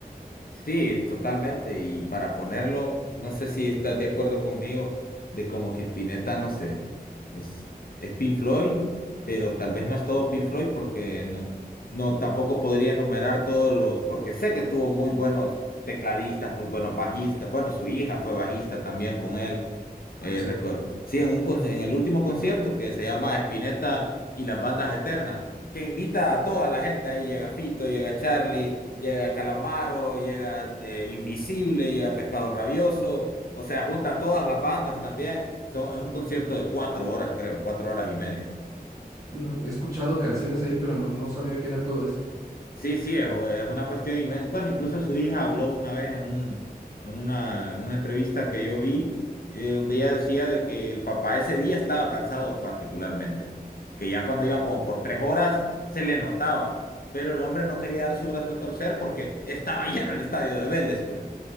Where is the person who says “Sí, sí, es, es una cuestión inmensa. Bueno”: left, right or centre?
Left